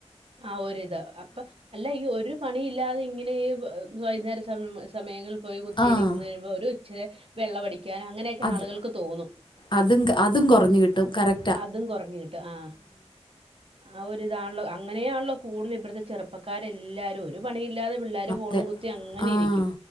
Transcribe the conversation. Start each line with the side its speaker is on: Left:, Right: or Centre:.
Right: ആ ഒരിത് അപ്പൊ അല്ല ഈ ഒരു പണി ഇല്ലാതെ ഇങ്ങനെ ഈ വൈകുന്നേര സമ സമയങ്ങളിൽ പോയി കുത്തിയിരിക്കുന്ന
Left: ആഹ്.
Right: വരുമ്പോ ഒരു ഇച്ചിരെ വെള്ളവടിക്കാനും അങ്ങനെയെക്കെ
Left: അത്
Right: ആളുകൾക്ക് തോന്നും
Left: അതും അതും കെറഞ്ഞു കിട്ടും കറട്
Right: അതും കെറഞ്ഞ് കിട്ടും ആഹ് ആ ഒരിതാണല്ലോ അങ്ങനെയാണല്ലോ കൂടുതൽ ഇവിടത്തെ ചെറുപ്പക്കാരെല്ലാരും ഒരു പണിയില്ലാതെ പിള്ളാർ ഫോണും
Left: അതെ.
Right: കുത്തി അങ്ങനെ
Left: ആഹ്.
Right: ഇരിക്കും